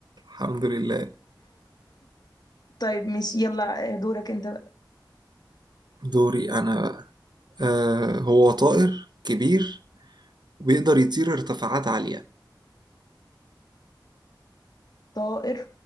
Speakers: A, on the right; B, on the left.
A: الحمد لله
B: طيب ماشي يلا دورك انت بقى
A: دوري انا بقى آه هو طائر كبير وبيقدر يطير ارتفاعات عالية
B: طائر